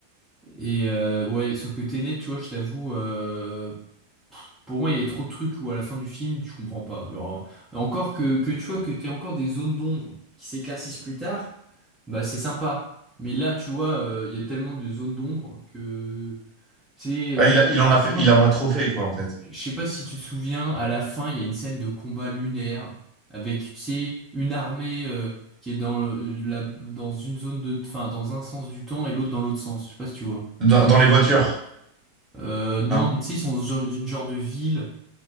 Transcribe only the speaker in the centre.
et euh, ouais, sauf que Tenet, tu vois, je t'avoue, euh, pour moi, il y a trop de trucs où à la fin du film, tu comprends pas. Genre, encore que, que tu vois que t'es encore des zones d'ombre qui s'éclaircissent plus tard, bah c'est sympa. Mais là, tu vois, euh, il y a tellement de zones d'ombre que. Tu sais, euh,
même
à
la fin,
je sais pas si tu te souviens, à la fin, il y a une scène de combat lunaire avec, tu sais, une armée euh, qui est dans le- la, dans une zone de, enfin, dans un sens du temps et l'autre dans l'autre sens. Je sais pas si tu vois.
Euh, non,
mais tu sais, ils sont dans un- une genre de ville